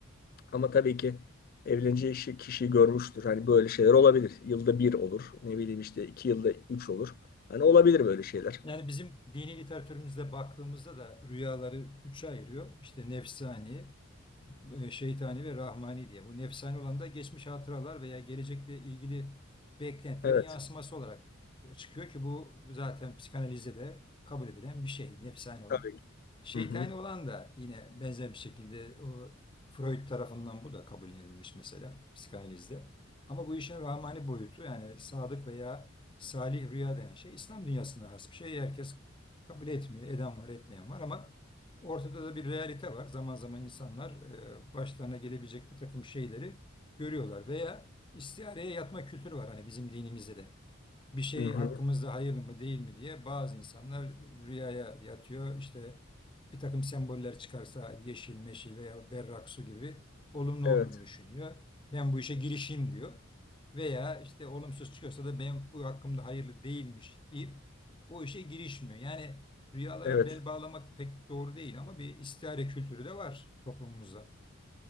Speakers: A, on the left; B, on the left.
A: Ama tabii ki evleneceği kişi, kişiyi görmüştür. Hani böyle şeyler olabilir. Yılda bir olur. Ne bileyim işte iki yılda üç olur. Hani olabilir böyle şeyler.
B: Yani bizim dini literatürümüzde baktığımızda da rüyaları üçe ayırıyor. İşte nefsani, e, şeytani ve rahmani diye. Bu nefsani olan da geçmiş hatıralar veya gelecekle ilgili beklentilerin
A: Evet
B: yansıması olarak çıkıyor ki bu zaten psikanalizde de kabul edilen bir şey nefsani olan.
A: tabii.
B: Şeytani
A: Hı hı.
B: olan da yine benzer bir şekilde o Freud tarafından bu da kabullenilmiş mesela psikanalizde. Ama bu işin rahmani boyutu yani sadık veya salih rüya denen şey İslam dünyasına has bir şey. Herkes kabul etmiyor. Eden var, etmeyen var ama Ortada da bir realite var. Zaman zaman insanlar e, başlarına gelebilecek bir takım şeyleri görüyorlar veya istihareye yatma kültürü var hani bizim dinimizde de bir şey
A: Hı hı.
B: hakkımızda hayırlı mı değil mi diye bazı insanlar rüyaya yatıyor. İşte bir takım semboller çıkarsa yeşil, meşil veya berrak su gibi olumlu
A: Evet.
B: olduğunu düşünüyor. Ben bu işe girişeyim diyor. Veya işte olumsuz çıkıyorsa da ben bu hakkımda hayırlı değilmiş deyip o işe girişmiyor. Yani rüyalara
A: Evet.
B: bel bağlamak pek doğru değil ama bir istihare kültürü de var toplumumuzda.